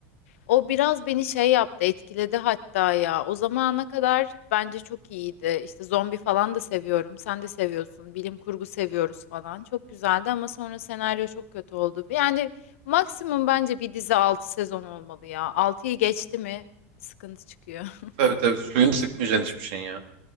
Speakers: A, on the left (about 85°); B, on the right (about 60°).
A: O biraz beni şey yaptı, etkiledi hatta ya. O zamana kadar bence çok iyiydi. İşte zombi falan da seviyorum. Sen de seviyorsun. Bilim kurgu seviyoruz falan. Çok güzeldi ama sonra senaryo çok kötü oldu. Yani maksimum bence bir dizi 6 sezon olmalı ya. 6'yı geçti mi sıkıntı çıkıyor. <laughs>
B: Tabii tabii suyunu sıkmayacaksın hiçbir şeyin ya.